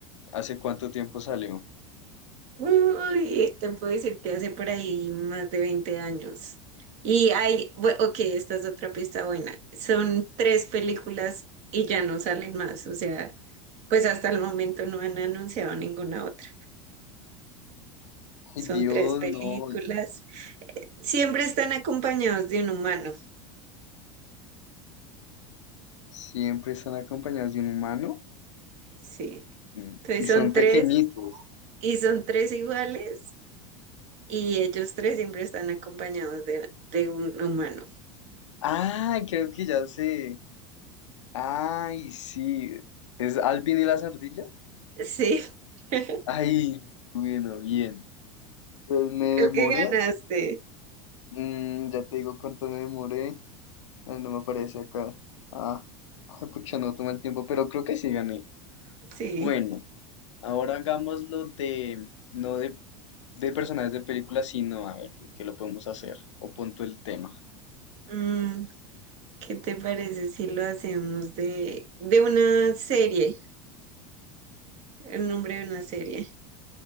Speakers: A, on the left (about 80°); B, on the right (about 50°).
A: ¿hace cuánto tiempo salió?
B: uy, te puedo decir que hace por ahí más de 20 años. Y hay, bue- ok, esta es otra pista buena. Son tres películas y ya no salen más. O sea, pues hasta el momento no han anunciado ninguna otra. Son
A: Ay, Dios,
B: tres películas.
A: no.
B: Siempre están acompañados de un humano.
A: Siempre están acompañados de un humano
B: Sí.
A: Mm,
B: Entonces
A: y son
B: son tres
A: pequeñitos.
B: y son tres iguales y ellos tres siempre están acompañados de, de un humano.
A: Ay, creo que ya sé. Ay, sí. ¿Es Alvin y las ardillas?
B: Sí, <laughs> creo
A: Ay, bueno, bien. Pues me demoré.
B: que ganaste.
A: Mm, ya te digo cuánto me demoré. No no me aparece acá. Ah, ay, pucha, no toma el tiempo, pero creo que sí gané.
B: Sí.
A: Bueno, ahora hagámoslo de, no de, de personajes de películas, sino a ver, ¿de qué lo podemos hacer? O punto el tema.
B: Mm, ¿qué te parece si lo hacemos de, de una serie? El nombre de una serie.